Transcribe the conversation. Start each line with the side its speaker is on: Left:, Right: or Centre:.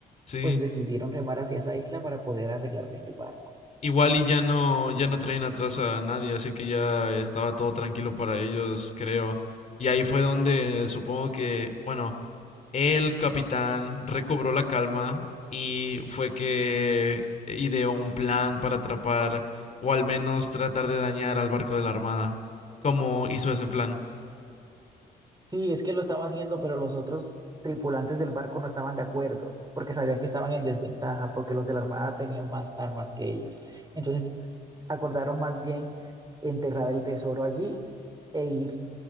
Left: sí.
Right: pues decidieron remar hacia esa isla para poder arreglar bien el barco.
Left: Igual y ya no, ya no traen atrás a nadie, así que ya estaba todo tranquilo para ellos, creo. Y ahí fue donde supongo que, bueno, el capitán recobró la calma y fue que ideó un plan para atrapar o al menos tratar de dañar al barco de la Armada. ¿Cómo hizo ese plan?
Right: Sí, es que lo estaba haciendo, pero los otros tripulantes del barco no estaban de acuerdo, porque sabían que estaban en desventaja, porque los de la Armada tenían más armas que ellos. Entonces acordaron más bien enterrar el tesoro allí e ir